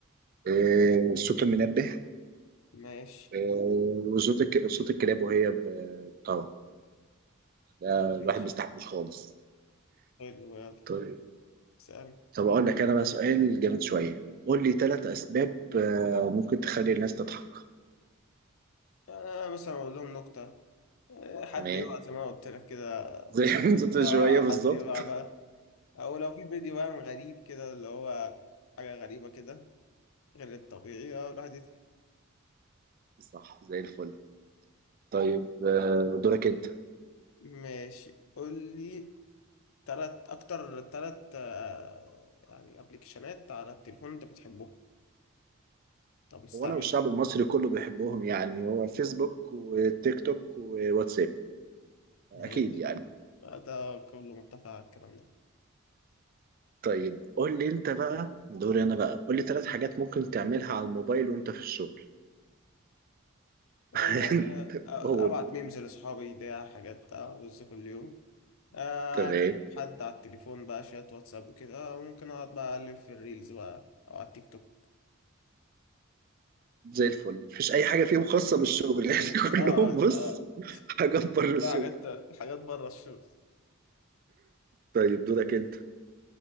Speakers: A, on the right (about 40°); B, on the left (about 70°).
A: آه، صوت المنبه
B: ماشي
A: آه، وصوت الك... صوت الكلاب وهي ب- طبعا ده
B: ماشي
A: الواحد ما يستحملوش خالص
B: حلو يلا
A: طيب
B: سلام
A: طب اقول لك انا بقى سؤال جامد شويه قول لي ثلاث اسباب آه، ممكن تخلي الناس تضحك
B: آه مثلا أقول لهم نكتة آه، حد
A: تمام
B: يقع زي ما قلت لك كده
A: زي ما انت
B: اه
A: شويه بالظبط
B: حد يقع بقى او لو في فيديو بقى غريب كده اللي هو حاجة غريبة كده غير الطبيعي اه الواحد يضحك.
A: صح زي الفل طيب آه، دورك انت
B: ماشي قول لي تلات اكتر تلات آه، يعني ابلكيشنات على التليفون انت بتحبهم طب استعملهم
A: هو انا والشعب المصري كله بيحبهم يعني هو فيسبوك وتيك توك وواتساب اكيد
B: ماشي
A: يعني
B: آه، ده كله متفق على الكلام ده
A: طيب قول لي انت بقى دوري انا بقى قول لي ثلاث حاجات ممكن تعملها على الموبايل وانت في الشغل <laughs>
B: آه، آه،
A: قول
B: ابعت ميمز لاصحابي ده حاجات بتاع بص كل يوم آه
A: تمام
B: كان حد على التليفون بقى شات واتساب وكده وممكن اقعد بقى اقلب في الريلز بقى او على التيك توك
A: زي الفل مفيش اي حاجه فيهم خاصه بالشغل يعني <laughs> كلهم
B: اه
A: بص
B: آه،
A: حاجه بره
B: كلها
A: الشغل
B: حاجات حاجات بره الشغل
A: طيب دورك انت